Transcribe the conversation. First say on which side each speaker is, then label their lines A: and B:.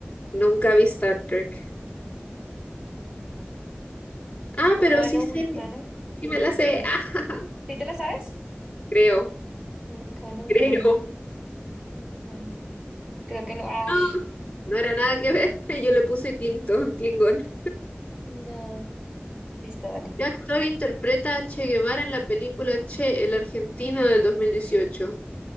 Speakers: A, on the left; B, on the right.
A: nunca vi Star Trek.
B: No, tampoco.
A: Ah,
B: Humano,
A: pero sí sé,
B: vulcano.
A: sí me la sé.
B: Ujú.
A: <laughs>
B: ¿Sí te la sabes?
A: creo,
B: Vulcano,
A: creo.
B: humano, andoriano. Creo que no. ¡Ash!
A: No no era nada que ver. <laughs> Yo le puse Clinton, Klingon.
B: No. Listo, dale.
A: ¿Qué actor interpreta a Che Guevara en la película Che, el argentino del dos mil dieciocho.